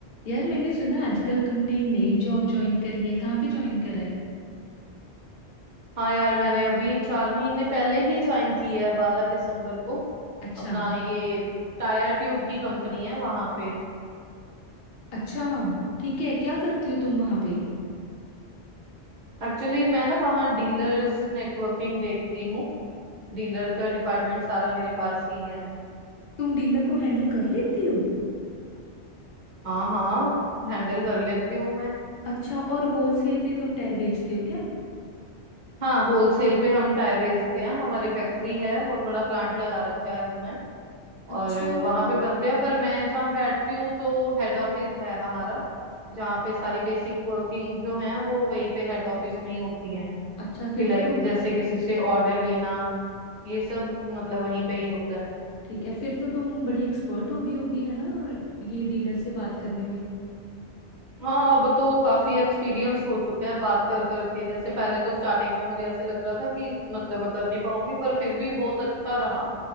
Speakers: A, on the left; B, on the right.
A: यार मैंने सुना आजकल तुमने नई जॉब ज्वाइन करी है कहाँ पे ज्वाइन करा है
B: हाँ यार मैंने अभी चार महीने पहले ही ज्वाइन की है बारह दिसंबर को
A: अच्छा
B: अपना ये टायर ट्यूब की कंपनी है वहां पे
A: अच्छा ठीक है क्या करती हो तुम वहां पे
B: एक्चुअली मैं ना वहाँ डीलर्स नेटवर्किंग देखती हूँ डीलर का डिपार्टमेंट सारा मेरे पास ही है
A: तुम डीलर को हैंडल कर लेती हो
B: हाँ हाँ हैंडल कर लेती हूँ मैं
A: अच्छा और होलसेल पे तुम टायर बेचते हो क्या
B: हाँ होलसेल पे हम टायर बेचते हैं हमारी फैक्ट्री है बहुत बड़ा प्लांट लगा रखा है हमने और
A: अच्छा
B: वहां पे बनते हैं पर मैं जहाँ बैठती हूँ तो हेड ऑफिस है हमारा जहाँ पे सारी बेसिक वर्किंग जो है वो वहीं पे हेड ऑफिस में ही होती है
A: अच्छा फिर
B: कि लाइक
A: तो तुम
B: जैसे किसी से ऑर्डर लेना ये सब मतलब वहीं पे ही होता है
A: ठीक है फिर तो तुम बड़ी एक्सपर्ट होगी होगी है ना ये डीलर से बात करने में
B: हाँ अब तो काफी एक्सपीरियंस हो चुका है बात कर करके जैसे पहले तो स्टार्टिंग में मुझे ऐसे लग रहा था कि मतलब मैं कर नहीं पाऊंगी पर फिर भी बहुत अच्छा रहा